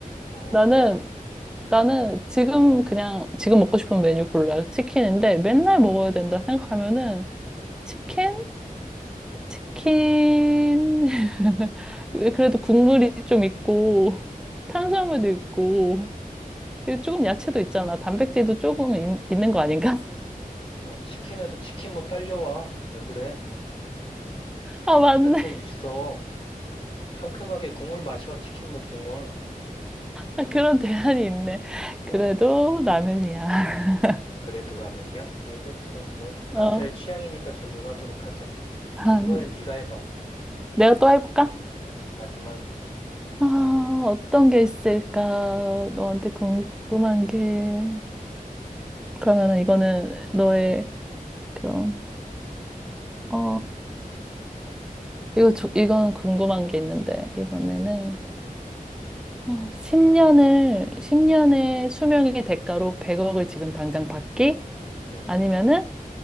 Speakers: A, on the left (about 35°); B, in the centre.
A: 어,
B: 나는
A: 그래? 응
B: 나는 지금 그냥 지금 먹고 싶은 메뉴 골라. 치킨인데 맨날 먹어야 된다 생각하면은 치킨? 치킨. <laughs> 그래도 국물이 좀 있고 탄수화물도 있고 그리고 조금 야채도 있잖아. 단백질도 조금 있, 있는 거 아닌가? <laughs>
A: 야, 치킨에도 치킨 뭐 딸려와. 왜 그래?
B: 아, 맞네.
A: 야채 있어. 상큼하게 국물 마셔. 치킨 뭐 국물.
B: 아, 그런 대안이 있네.
A: 어,
B: 그래도 라면이야. <laughs>
A: 그래도 라면이야? 알겠어. 뭐
B: 어.
A: 각자의 취향이니까 존중하도록 하자.
B: 아,
A: 이번엔 네가 해봐.
B: 내가 또 해볼까?
A: 음, 마지막.
B: 아, 어떤 게 있을까? 너한테 궁금한 게. 그러면은 이거는 너의 그런 어 이거 조- 이건 궁금한 게 있는데 이번에는 어 10년을 십 년의 수명의 대가로 100억을 지금 당장 받기
A: 음,
B: 아니면은